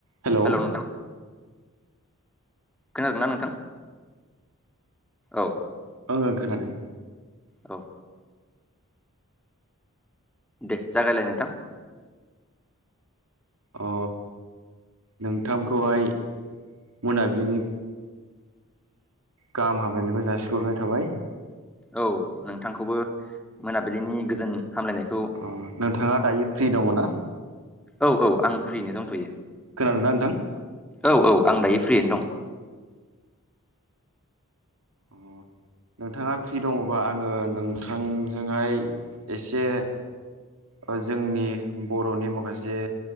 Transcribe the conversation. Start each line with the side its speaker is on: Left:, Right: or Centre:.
Right: हेलौ
Centre: हेल' नोंथां खोनादों ना नोंथां औ
Right: ओं ओं खोनादों
Centre: औ दे जागायलाय नोंथां
Right: अ नोंथां खौहाय मोनाबिलिनि गाहाम हामलायनायखौ जासिग्रनाय थाबाय
Centre: औ नोंथांखौबो मोनाबिलिनि गोजोन हामलायनाय
Right: अ नोंथाङा दायो फ्रि दङ ना
Centre: औ औ आं फ्रिनो दंथयो
Right: खोनादो ना नोंथां
Centre: औ औ आं दायो फ्रियैनो दं
Right: <inaudible> नोंथाङा फ्रि दङबा आङो नोंथांजोंहाय एसे ओ जोंनि बरनि माखासे